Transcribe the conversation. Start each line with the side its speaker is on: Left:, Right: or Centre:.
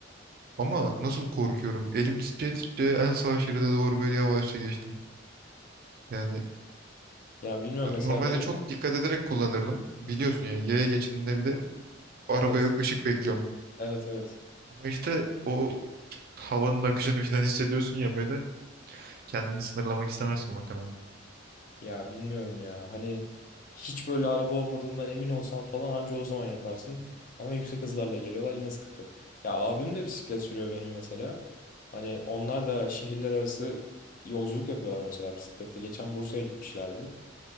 Right: ama nasıl korkuyorum. Elim titreye titreye en sağ şeride doğru böyle yavaşça geçtim. Yani
Left: Ya bilmiyorum
Right: no-
Left: mesela
Right: normalde
Left: benim
Right: çok dikkat ederek kullanırdım. Biliyorsun yani yaya geçidinde bir de araba
Left: evet.
Right: yok ışık bekliyorum.
Left: Evet evet.
Right: Ama işte o havanın akışını falan hissediyorsun ya böyle kendini sınırlamak istemezsin muhtemelen.
Left: Ya bilmiyorum ya. Hani hiç böyle araba olmadığından emin olsam falan anca o zaman yaparsın. Ama yüksek hızlarla geliyorlar yine sıkıntı. Ya abim de bisiklet sürüyor benim mesela. Hani onlar da şehirler arası yolculuk yapıyorlar mesela bisikletle. Geçen Bursa'ya gitmişlerdi.